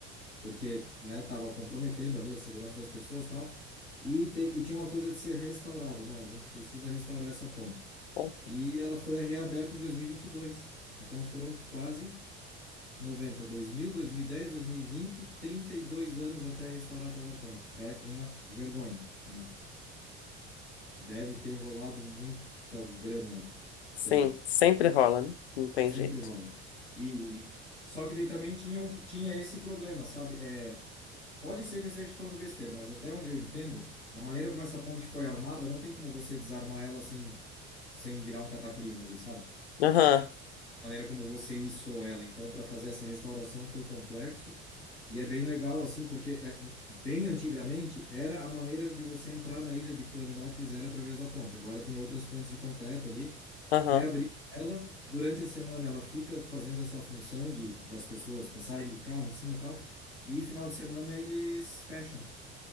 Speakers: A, on the left; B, on the left.
A: porque, né, estava comprometendo ali a segurança das pessoas e tal, e, te, e tinha uma coisa de ser restaurada. Não, a gente precisa restaurar essa ponte.
B: Aham.
A: E ela foi reaberta em 2022. Então foram quase 90, 2000, 2010, 2020, 32 anos até restaurar a tal da ponte. É uma vergonha, né? Deve ter rolado muita grana, sei
B: Sim,
A: lá,
B: sempre rola, né? Não tem
A: Sempre
B: jeito.
A: rola. E só que daí também tinha, um, tinha esse problema, sabe? É, pode ser que eu esteja te falando besteira, mas até onde eu entenda, a maneira como essa ponte foi armada, não tem como você desarmar ela sem, sem virar um cataclisma ali, sabe?
B: Aham,
A: maneira como você içou ela. Então, para fazer essa restauração foi complexo e é bem legal assim, porque é, bem antigamente era a maneira de você entrar na ilha de Florianópolis era através da ponte. Agora tem outras pontes de concreto ali.
B: aham,
A: Reabrir ela durante a semana, ela fica fazendo essa função de das pessoas passarem de carro em cima e tal, e final de semana eles fecham